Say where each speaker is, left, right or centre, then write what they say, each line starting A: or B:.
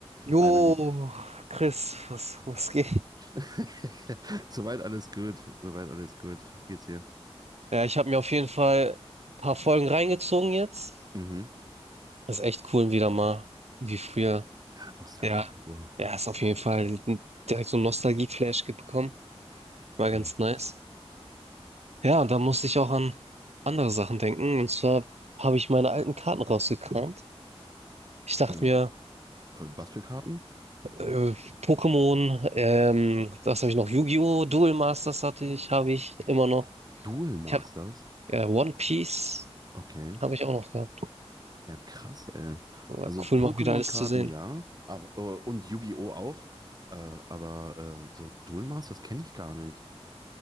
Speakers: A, on the right (about 80°); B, on the right (about 35°).
A: Jo,
B: Hi, mein Lieber.
A: Chris, was, was geht?
B: <laughs> Soweit alles gut. Soweit alles gut. Wie geht's dir?
A: Ja, ich habe mir auf jeden Fall ein paar Folgen reingezogen jetzt.
B: Mhm.
A: Das ist echt cool, wieder mal wie früher.
B: Ja, Nostalgie
A: Ja,
B: pur.
A: ja, ist auf jeden Fall direkt so ein Nostalgie-Flash bekommen. War
B: Mhm.
A: ganz nice. Ja, und da musste ich auch an andere Sachen denken. Und zwar habe ich meine alten Karten rausgekramt. Ich dachte
B: Ähm,
A: mir,
B: für- was für Karten?
A: äh, Pokémon, ähm, was habe ich noch? Yu-Gi-Oh! Duel Masters hatte ich, habe ich immer noch.
B: Duel Masters?
A: Ich habe ja, One Piece
B: Okay.
A: habe ich auch noch gehabt.
B: Ja, krass, ey.
A: Aber
B: Also
A: Cool,
B: Pokémon-Karten
A: mal wieder alles zu sehen.
B: ja, aber, äh, und Yu-Gi-Oh! auch. Äh, aber äh, so Duel Masters kenne ich gar nicht.